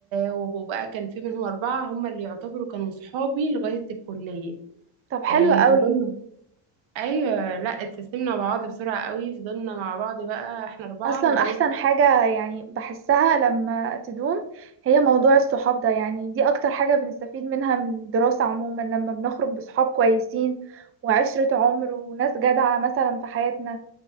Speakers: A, on the right; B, on the right.
A: وبقى كان في منهم أربعة هم اللي يعتبروا كانوا صحابي لغاية الكلية
B: طب حلو
A: إيه
B: قوي
A: فضلنا أيوة لا اتسلمنا مع بعض بسرعة قوي فضلنا مع بعض بقى احنا أربعة
B: اصلا
A: لغاية
B: احسن حاجة يعني بحسها لما تدوم هي موضوع الصحاب ده يعني دي اكتر حاجة بنستفيد منها من الدراسة عموما لما بنخرج بصحاب كويسين وعشرة عمر وناس جدعة مثلا في حياتنا